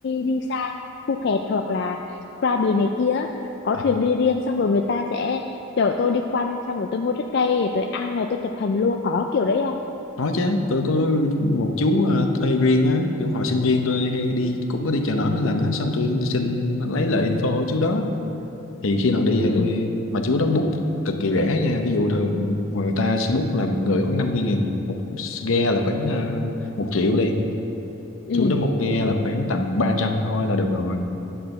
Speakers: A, on the left (about 50°); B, on the left (about 75°).
A: đi sang Phuket hoặc là Krabi này kia có
B: à,
A: thuyền đi riêng xong rồi người ta sẽ chở tôi đi quanh xong rồi tôi mua trái cây rồi tôi ăn rồi tôi chụp hình luôn có kiểu đấy không
B: Có chứ, tôi có một chú ờ, thuê riêng á, kiểu hồi sinh viên tôi hay đi cũng có đi chợ nổi mấy lần á, xong tôi xin lấy lại info của chú đó. Thì khi
A: ừ
B: nào đi thì tôi mà chú đó book cực kỳ rẻ nha, ví dụ thường người ta sẽ book là một người khoảng 50 nghìn, một ghe là khoảng uh, một triệu đi.
A: ừ
B: Chú đó một ghe là khoảng tầm 300 thôi là được rồi.